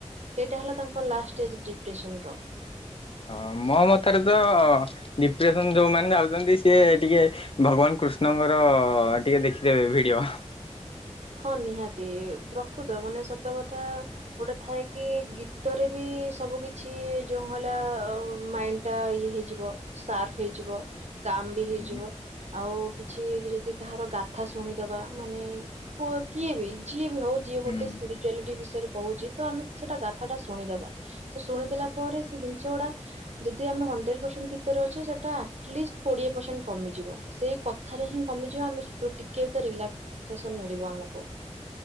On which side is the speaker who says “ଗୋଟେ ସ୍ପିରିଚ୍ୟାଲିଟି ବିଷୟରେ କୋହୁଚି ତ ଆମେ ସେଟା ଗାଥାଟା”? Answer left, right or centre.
Right